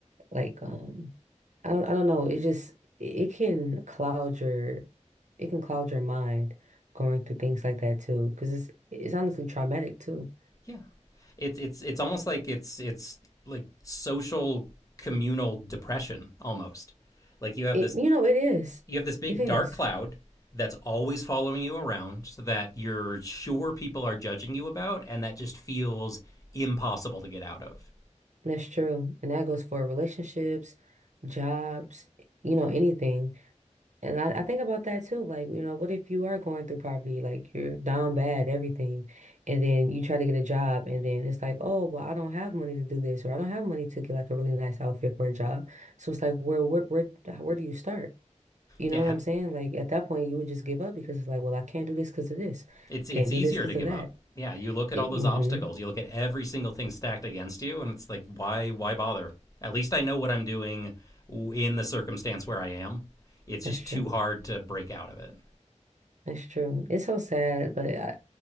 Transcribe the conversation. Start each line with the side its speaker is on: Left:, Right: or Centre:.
Right: like um I don't I don't know. It just it can cloud your it can cloud your mind going through things like that too. Because it's it's honestly traumatic too.
Left: Yeah. It's it's it's almost like it's it's like social communal depression almost. Like you have
Right: It
Left: this
Right: you know, it is.
Left: you have this big
Right: It is.
Left: dark cloud that's always following you around so that you're sure people are judging you about and that just feels impossible to get out of.
Right: That's true. And that goes for relationships, jobs, you know, anything. And I, I think about that too. Like, you know, what if you are going through poverty? Like, you're down bad, everything. And then you try to get a job, and then it's like, oh, well, I don't have money to do this, or I don't have money to get like a really nice outfit for a job. So it's like, where, where, where, where do you start? You
Left: Yeah,
Right: know what
Left: and
Right: I'm saying? Like, at that point, you would just give up because it's like, well, I can't do this because of this.
Left: it's it's
Right: Can't
Left: easier
Right: do this because
Left: to give
Right: of that.
Left: up. Yeah, you look at
Right: It,
Left: all those
Right: mm-hmm,
Left: obstacles, you look at every single thing stacked against you and it's like why why bother? At least I know what I'm doing in the circumstance where I am. It's
Right: that's
Left: just
Right: true.
Left: too hard to break out of it.
Right: That's true. It's so sad, but I,